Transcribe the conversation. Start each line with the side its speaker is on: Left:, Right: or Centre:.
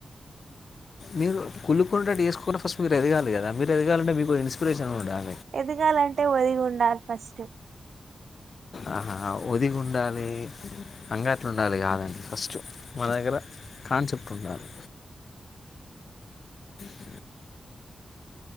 Left: మీరు కులుకుంటేటుేసుకుొ ఫస్ట్ మీరు ఎదగాలి కదా మీరు ఎదగాలింటే మీకు ఇన్స్పిరేషన్గా ఉండాలి
Right: ఎదగాలంటే ఒదిగి ఉండాలి ఫస్ట్
Left: ఆహా ఒదిగి ఉండాలి అంగట్లు ఉండాలి కాదండి ఫస్ట్ మాన దగ్గర కాన్సెప్ట్ ఉండాలి అ